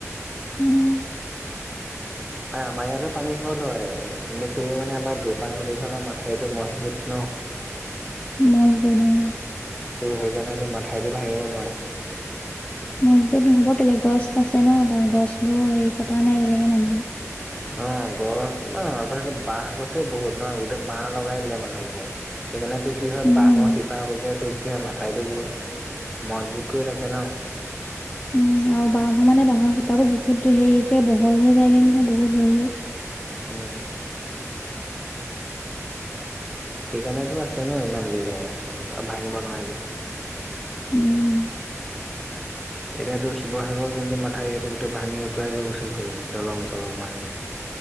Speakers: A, on the left (about 25°); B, in the centre.
A: উম।
B: আমাৰ ইয়াতো পানী হ'ল হয় কিন্তু কেলে মানে আমাৰ দুপা নদীখনৰ মাথাউৰিটো মজবুত ন। <unintelligible>
A: মজবুত অঁ',।
B: ত' সেইকাৰণে টো মাথাউৰিটো ভাঙিব নোৱাৰে।
A: মজবুত নহ'ব কেলে গছ আছে ন' তা'ত গছবোৰ হেৰি কটা নাই এতিয়ালৈকে মানুহে।
B: অঁ', গছ ন' এইফালেটো বাঁহ গছেই বহুত ন' গোটেই বাঁহ লগাই দিলে মানুহে। সেইকাৰণে তো কি হয়
A: উম,
B: বাঁহৰ শিপা বোৰে টোৰ কি হয় মাথাউৰিটো বহুত মজবুত কৰি ৰাখে ন।
A: উমঁ, আৰু বাঁহ মানে বাঁহৰ শিপাবোৰ বহুত হেৰিকে বহল হৈ যায়গৈ নহয় বহুত হৈ-হৈ।
B: উমঁ। সেইকাৰণেতো আছে ন' ইমান দিনে ভাঙিব নোৱাৰে।
A: উমঁ।
B: এনেইটো শিৱসাগৰৰ যোনটো মাথাউৰি এইটো ভাঙি উটুৱাই লৈ গুচি গ'ল গৈ দলং-চলং ভাঙি।